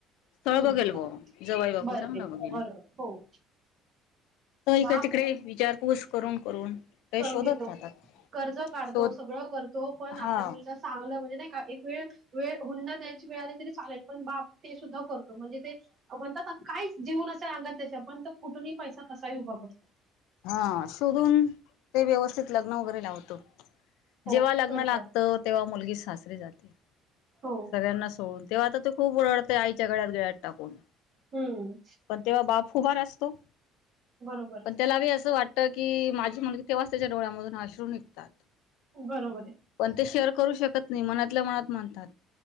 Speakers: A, on the left (about 80°); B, on the right (about 40°).
A: स्थळ
B: हम्म
A: बघेल बुवा जवई बापू
B: बरोबर
A: चांगला बघेल,
B: बरोबर हो
A: तर इका
B: बाप
A: तिकडे विचारपूस करून करून काही
B: करून
A: शोधत
B: घेतो.
A: राहतात
B: कर्ज काढतो
A: शोध
B: सगळं करतो पण
A: हा
B: आपल्या मुलीला चांगलं म्हणजे नाही का एक वेळ वेळ हुंडा दण्याची वेळा तरी चालेल पण बाप ते सुद्धा करतो म्हणजे ते म्हणतात काहीच जीव नसेल त्याच्या अंगात पण कुठूनही पैसा कसाही उभा करतो.
A: हा शोधून ते व्यवस्थित लग्न वगैरे लावतो
B: हो
A: जेव्हा लग्न
B: करतात.
A: लागतं तेव्हा, मुलगी सासरीे जाते.
B: हो
A: सगळ्यांना सोडून तेव्हा आता तू खूप ओडते आईच्या गळ्यात गळा टाकून,
B: हम्म
A: पण तेव्हा बाप फुभार असतो.
B: बरोबर
A: पण त्याला बी असं वाटत की माझी मुलगी तेव्हाच त्याच्या डोळ्यामधून अश्रू निघतात.
B: बरोबर आहे.
A: पण ते शेअर करू शकत नाही मनात मनातल्या म्हणतात